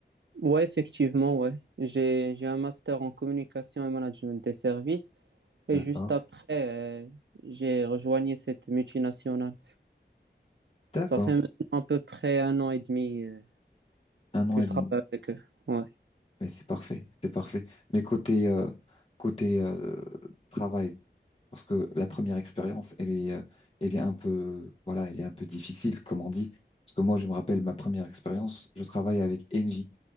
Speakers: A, on the right; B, on the left.
A: Ouais, effectivement, ouais. J'ai, j'ai un master en communication et management des services. Et
B: D'accord.
A: juste après, euh, j'ai rejoigné cette multinationale.
B: D'accord.
A: Ça fait maintenant à peu près un an et demi euh,
B: Un an
A: que
B: et
A: je travaille
B: demi.
A: avec eux. Ouais.
B: Mais c'est parfait. C'est parfait. Mais côté euh, côté euh, travail, parce que la première expérience, elle est euh, elle est un peu voilà, elle est un peu difficile, comme on dit. Parce que moi, je me rappelle ma première expérience, je travaille avec Engie.